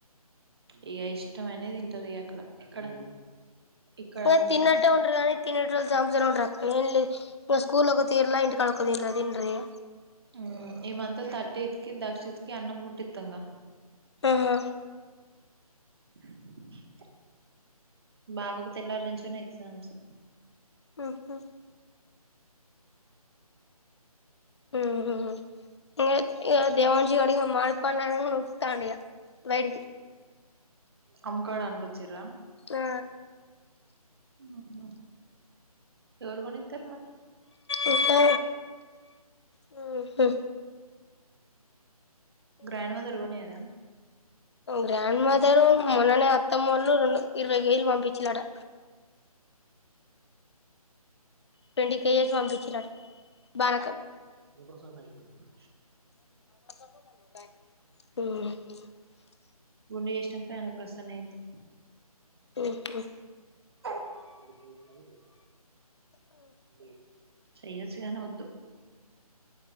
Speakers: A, on the right (about 40°); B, on the left (about 45°).
A: ఇగ ఇష్టమైనై తింటది ఇగ అక్కడ ఇక్కడ ఇక్కడ
B: ఏ
A: అంటే
B: తిన్నట్టే ఉంటరు కని తినేటోల్ సామ్ముతనే ఉంటారు అక్క ఇగ స్కూల్ ల ఒక తీర్ల ఇంటికడ ఒక తీర్ల తింటారు ఇగ
A: మ్ ఈ మంత థర్టీత్ కి దక్షిణిత్ కి అన్నం ముట్టిత్తంగా
B: ఆహా
A: <inaudible> బావకు తెల్లారి నుంచెని ఎగ్జామ్స్
B: మ్ హు మ్ హు ఇగ ఇగ దేవాన్షి గాడు మామిడి పండ్లు అనంగానే ఊరుకుతాండు ఇగ బయటికి
A: అమ్ముకోడానికి కోచ్చిర్ర
B: ఆ
A: మ్ హు ఎవరు కొనిత్తరు మరే
B: ఇంకా మ్ హు
A: గ్రాండ్ మదర్ కొనియదా
B: గ్రాండ్ మదరు మొన్ననే అత్తమ్మోళ్ళు రెండు ఇరవై కేజీలు పంపించ్చిళ్ళట ట్వంటీ కేజస్ పంపిచ్చిండట బాల
A: అన్నప్రసాన అయిపోయినాంక
B: మ్
A: గుండె చేష్నాంక ఆయన ప్రసన్న ఇద్దు
B: ఓహొ
A: ప ఎందుకేడ్చినావో <inaudible> ముందే చెప్తున్నా చెయ్యొచ్చు గాని వద్దు